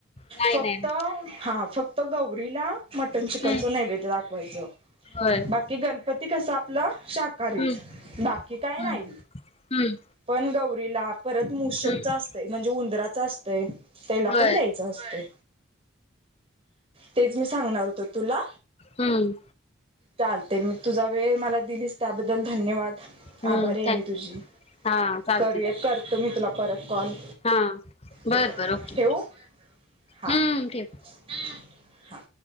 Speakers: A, on the left; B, on the right.
A: नाही
B: फक्त
A: नाही नाही.
B: हा फक्त गौरीला मटन, चिकनचं
A: हम्म
B: नैवेद्य दाखवायचं.
A: होय
B: कि गणपती कस आपलं शाकाहारीच
A: हम्म
B: बाकी काय
A: हम्म
B: नाही.
A: हम्म
B: पण गौरीला परत मुशकचा
A: हम्म
B: असतय म्हणजे उंदराच असतंय त्याला
A: होय
B: पण द्यायच असतय तेच मी सांगणार होतो तुला
A: हम्म..
B: चालतय, म तुझा वेळ मला दिलीस, त्याबद्दल धन्यवाद!
A: हम्म
B: आभारी आहे
A: ते
B: मी तुझी,
A: हा चालते
B: करूया, करतो मी तुला परत कॉल.
A: हा बर
B: ठीक आहे,
A: बर ओके
B: ठेवू? हा.
A: हम्म ठेव.
B: हा, हा.